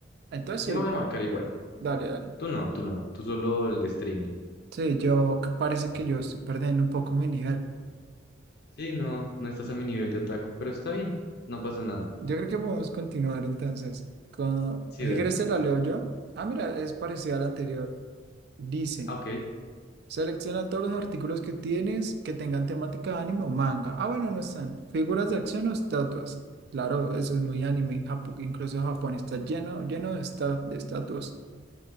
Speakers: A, on the right; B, on the left.
A: Entonces
B: Yo lo voy
A: sí.
B: a marcar igual.
A: Dale, dale.
B: Tú no, tú no, tú solo el de streaming.
A: Sí, yo c- parece que yo estoy perdiendo un poco mi nivel.
B: Sí, no, no estás a mi nivel de otaku, pero está bien, no pasa nada.
A: Yo creo que podemos continuar entonces. Con...
B: Sí,
A: Si
B: dale.
A: quieres, te la leo yo. Ah, mira, es parecida a la anterior. Dice,
B: Ah, Ok,
A: selecciona todos los artículos que tienes que tengan temática de anime o manga. Ah, bueno, no están. Figuras de acción o estatuas. Claro, eso es muy anime en Japón, incluso Japón está lleno, lleno de, esta- de estatuas.